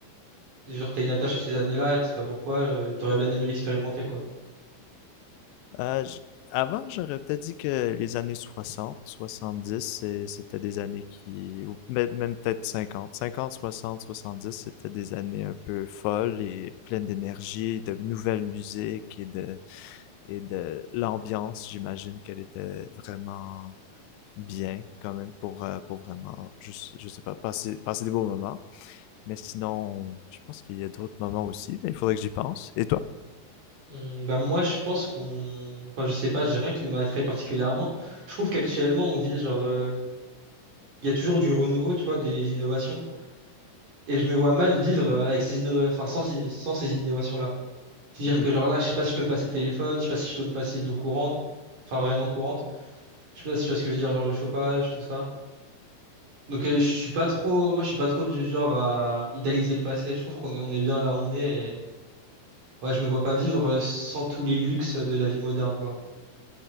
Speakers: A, on the right; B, on the left.
A: genre t'as une attache à ces années-là, tu sais pas pourquoi, euh, t'aurais bien aimé l'expérimenter, quoi.
B: euh, j- avant, j'aurais peut-être dit que les années 60 70, c'est- c'était des années qui, ou mê- même peut-être cinquante cinquante soixante soixante-dix c'était des années un peu folles et pleines d'énergie, de nouvelles musiques et de, et de l'ambiance. J'imagine qu'elle était vraiment bien quand même pour, euh, pour vraiment, je, je sais pas, passer, passer des beaux moments. Mais sinon, je pense qu'il y a d'autres moments aussi, mais il faudrait que j'y pense. Et toi?
A: Hmm, bah moi, je pense qu'on, enfin, je sais pas, j'ai rien qui m'attrait particulièrement. Je trouve qu'actuellement, on vit genre, euh, il y a toujours du renouveau, tu vois, des innovations, et je me vois mal vivre euh, avec ces innova, enfin, sans ces sans ces innovations-là. C'est-à-dire
B: Hmm.
A: que genre là, je sais pas si je peux me passer de téléphone, je sais pas si je peux me passer d'eau courante, enfin vraiment courante. Je sais pas si tu vois ce que je veux dire, genre le chauffage, tout ça. Donc euh, je suis pas trop, moi je suis pas trop du genre à idéaliser le passé. Je trouve qu'on est, on est bien là où on est. Et... Ouais, je me vois pas vivre euh, sans tous les luxes de la vie moderne, quoi.